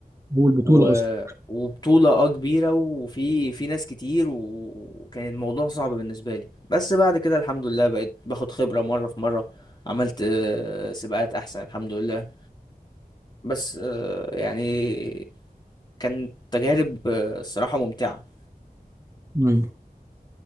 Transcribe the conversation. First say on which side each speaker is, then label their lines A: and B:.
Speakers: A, on the right (about 20°); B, on the left (about 25°).
A: هو البطولة
B: و...
A: اصلا
B: وبطولة اه كبيرة وفي في ناس كتير و- وكان الموضوع صعب بالنسبة لي بس بعد كده الحمد لله بقيت باخد خبرة مرة في مرة عملت آه، سباقات أحسن الحمد لله بس آه، يعني كانت تجارب آه، الصراحة ممتعة
A: ايوه